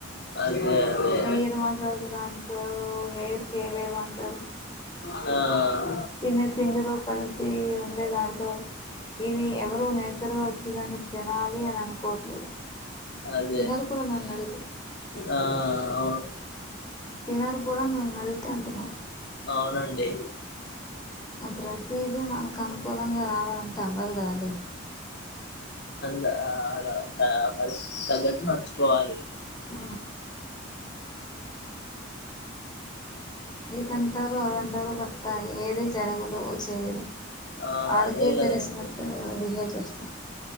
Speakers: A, on the left; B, on the left.
A: అదే అదే
B: హెయిర్ మసాజ్ లా అంటారు హెయిర్ కి ఏవేవ అంటారు
A: ఆ
B: తన్న తిండి లో కల్తీ ఉండి బ ఇది ఎవరు నేచర్గా వచ్చిదని తినాలి అని అనుకోవట్లేదు
A: అదే
B: తినరు కూడా నన్ను అడిగితే
A: ఆ అవును
B: తినరు కూడా నన్నడిగితే అంటున్నా
A: అవునండి
B: ప్రతిదీ మనకు అనుకూలంగా రావాలంటే అవ్వదు కదండి
A: లా ఆడ <inaudible> పరిస్థితికి తగ్గట్ నడుచ్ కొవాలి
B: ఆ ఇదంటారు అదంటారు బట్ ఏది జరగదు చేయరు
A: ఆ
B: వాళ్ళకే
A: అదే కదండి
B: తెలిసినట్టు బిహేవ్ చేస్త